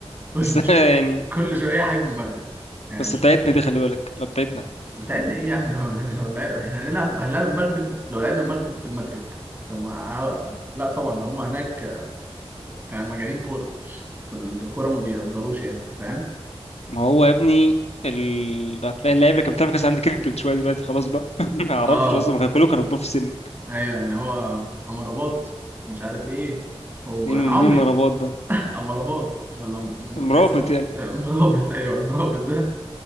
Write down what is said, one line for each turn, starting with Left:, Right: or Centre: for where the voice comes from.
Right: <laughs>
Left: بس
Right: كل شو...
Left: <laughs> يعني
Right: كل شوية اي حاجة في المغرب يعني
Left: بس
Right: مش
Left: بتاعتنا دي خلي بالك لا بتاعتنا
Right: بتاعتنا ايه يا عم <laughs> احنا لو لعب- إحنا هنلعب هنلعب المغرب لو لعبنا المغرب في المغرب طب ما عا- لا طبعا ده هم هناك يعني مجانين كوره في الكوره ما بيهزروش يعني فاهم
Left: ما هو يا ابني ال... هتلاقي اللعيبه اللي كانت بتلعب في كاس العالم دي كبرت شويه دلوقتي خلاص بقى <laughs> ما اعرفش
Right: اه
Left: اصلا كانوا كلهم كانوا كبار في السن
Right: ايوه يعني هو امرباط مش عارف ايه هو
Left: مين
Right: انا عمري
Left: مين مرابط ده
Right: <laughs> امرباط ولا م... م-
Left: مرابط
Right: اسم
Left: يعني
Right: مرابط ايوه المرابط ده